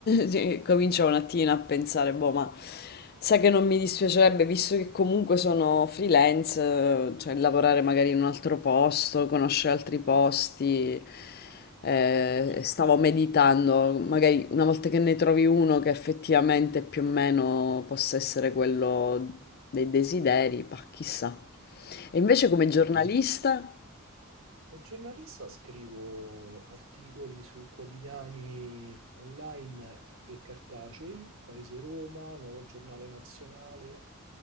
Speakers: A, on the left; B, on the right.
A: <laughs> sì, comincio un attimo a pensare, boh, ma sai che non mi dispiacerebbe, visto che comunque sono freelance, eh, cioè lavorare magari in un altro posto, conoscere altri posti. eh,
B: Sì.
A: stavo meditando, magari una volta che ne trovi uno che effettivamente più o meno possa essere quello dei desideri, bah, chissà. E invece come giornalista?
B: Da giornalista scrivo articoli su quotidiani online e cartacei, Paese Roma, Nuovo Giornale Nazionale,